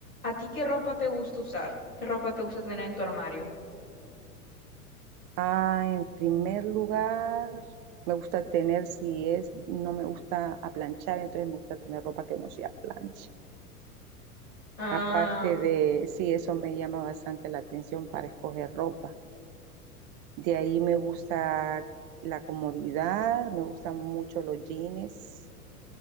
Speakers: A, on the left; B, on the right.
A: ¿A ti qué ropa te gusta usar? ¿Qué ropa te gusta tener en tu armario?
B: Ah, en primer lugar, me gusta tener, si es, no me gusta aplanchar, entonces me gusta tener ropa que no sea plancha.
A: Ah,
B: Aparte de, sí, eso me llama bastante la atención para escoger ropa. De ahí me gusta la comodidad, me gustan mucho los jeans